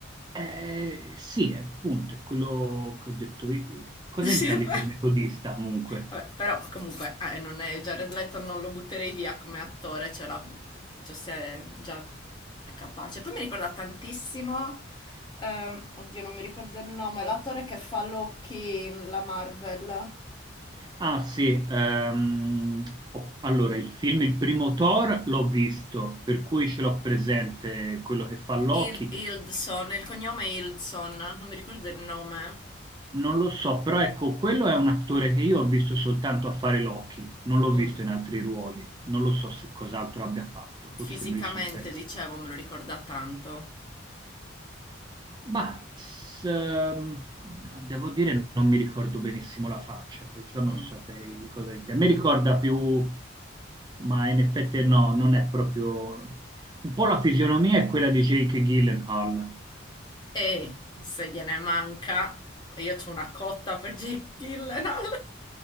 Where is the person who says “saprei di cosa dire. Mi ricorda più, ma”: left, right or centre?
Right